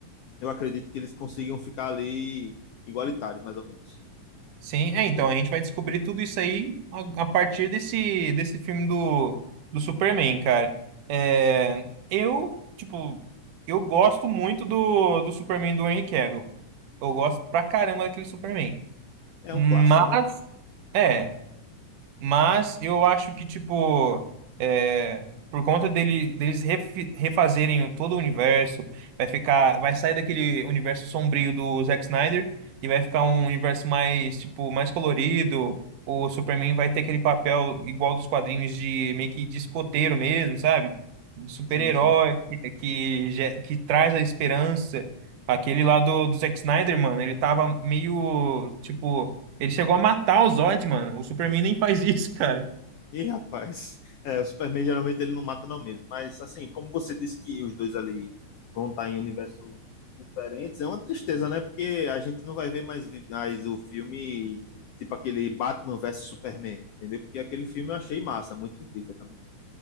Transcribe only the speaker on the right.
Sim, é, então a gente vai descobrir tudo isso aí a, a partir desse, desse filme do, do Superman, cara. É, eu, tipo, eu gosto muito do, do Superman do Henry Cavill. Eu gosto pra caramba daquele Superman.
Mas,
é. Mas eu acho que, tipo, é, por conta dele, deles refi- refazerem o- todo o universo, vai ficar, vai sair daquele universo sombrio do Zack Snyder e vai ficar um universo mais, tipo, mais colorido. O Superman vai ter aquele papel igual dos quadrinhos de meio que de escoteiro mesmo, sabe? De Super-herói
que, que, ge- que traz a esperança. Aquele lá do, do Zack Snyder, mano, ele tava meio, tipo. Ele chegou a matar o Zod, mano. O Superman nem faz isso, cara.